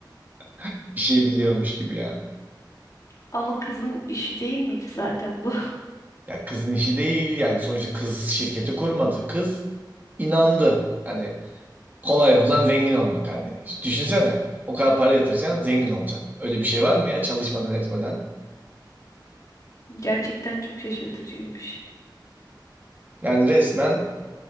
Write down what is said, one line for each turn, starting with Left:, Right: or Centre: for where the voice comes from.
Right: <laughs> Bir şey biliyormuş gibi yani.
Left: Ama kızın işi değil miydi zaten bu?
Right: Ya kızın işi değil yani sonuçta kız şirketi kurmadı. Kız inandı. Hani kolay yoldan zengin olmak hani. İşte Düşünsene o kadar para yatıracaksın zengin olacaksın. Öyle bir şey var mı ya çalışmadan etmeden?
Left: <laughs> Gerçekten çok şaşırtıcıymış.
Right: Yani resmen